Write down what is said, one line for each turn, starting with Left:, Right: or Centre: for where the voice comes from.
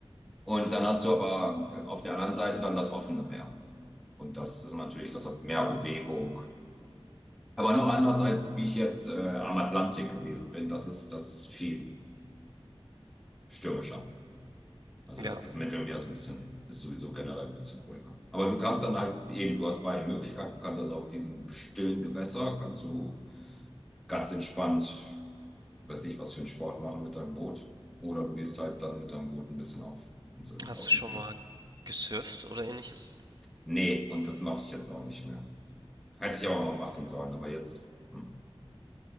Centre: Und dann hast du aber äh, auf der anderen Seite dann das offene Meer. Und das ist natürlich, das hat mehr Bewegung. Aber noch anders als wie ich jetzt äh, am Atlantik gewesen bin. Das ist, das ist viel stürmischer. Also
Right: Ja.
Centre: das, das Midrange ist ein bisschen, ist sowieso generell ein bisschen ruhiger. Aber du kannst dann halt, eben, du hast beide Möglichkeiten. Du kannst also auf diesem stillen Gewässer, kannst du ganz entspannt, weiß ich, was für einen Sport machen mit deinem Boot. Oder du gehst halt dann mit deinem Boot ein bisschen auf, ins, ins
Right: Hast
Centre: offene
Right: du schon
Centre: Meer.
Right: mal gesurft oder Ähnliches?
Centre: Nee, und das mache ich jetzt auch nicht mehr. Hätte ich aber mal machen sollen, aber jetzt. Hm.